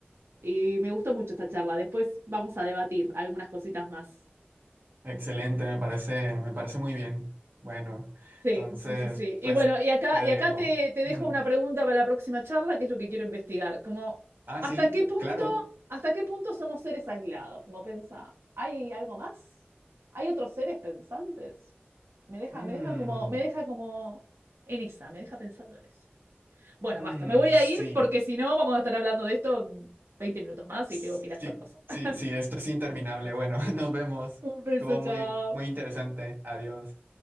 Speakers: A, on the right (about 80°); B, on the right (about 60°).
A: y me gustó mucho esta charla. Después vamos a debatir algunas cositas más.
B: Excelente, me parece, me parece muy bien. Bueno,
A: Sí,
B: entonces,
A: sí, sí, sí. Y
B: pues
A: bueno, y acá,
B: te dejo.
A: y acá te, te
B: <laughs>
A: dejo
B: Ujú.
A: una pregunta para la próxima charla, que es lo que quiero investigar. Como,
B: Ah,
A: ¿hasta
B: sí,
A: qué punto,
B: claro.
A: hasta qué punto somos seres aislados? Como pensa, ¿hay algo más? ¿Hay otros seres pensantes? Me deja,
B: Mm,
A: me deja como, me deja como en esa, me deja pensando en eso. Bueno,
B: mm,
A: basta, me voy a
B: sí.
A: ir porque si no vamos a estar hablando de esto 20 minutos más
B: Sí,
A: y tengo que ir a hacer cosas.
B: sí,
A: <laughs>
B: sí, esto es interminable. Bueno, <laughs> nos vemos.
A: Un beso,
B: Estuvo
A: chao.
B: muy, muy interesante. Adiós.